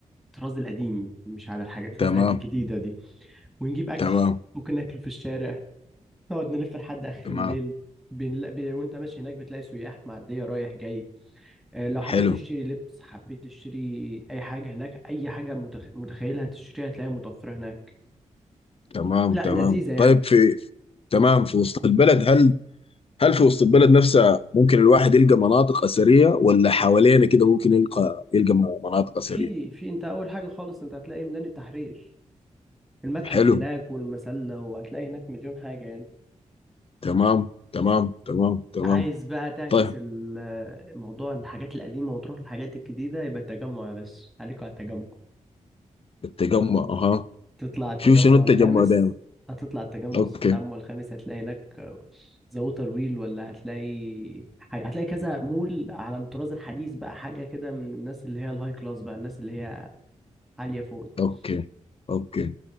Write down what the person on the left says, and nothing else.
تمام
تمام
تمام
حلو
تمام
تمام
طيب في تمام في وسط البلد هل هل في وسط البلد نفسها ممكن الواحد يلقى مناطق أثرية ولا حوالينا كده ممكن يلقى يلقى م- مناطق أثرية؟
حلو
تمام تمام تمام تمام
طيب
التجمع أها
شوف شنو التجمع
دايما
أوكي
أوكي أوكي